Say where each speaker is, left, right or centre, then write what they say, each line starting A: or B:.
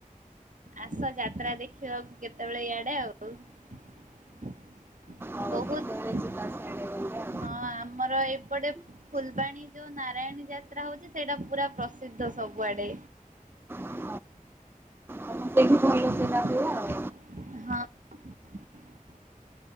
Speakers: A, on the right; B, on the right.
A: ଆସ ଯାତ୍ରା ଦେଖିବାକୁ କେତେବେଳେ ଇଆଡେ ଆଉ
B: ଆଉ
A: ବହୁତ
B: କେତେବେଳେ ଯିବା ସିଆଡ଼େ ଗଲେ ଆଉ
A: ହଁ ଆମର ଏପଟେ ଫୁଲବାଣୀ ଯୋଉ ନାରାୟଣୀ ଯାତ୍ରା ହଉଛି ସେଇଟା ପୁରା ପ୍ରସିଦ୍ଧ ସବୁଆଡେ।
B: ହଁ ଆମ ସେଇଠି
A: ହଁ।
B: ଭଲ ସେଟା ହୁଏ ଆଉ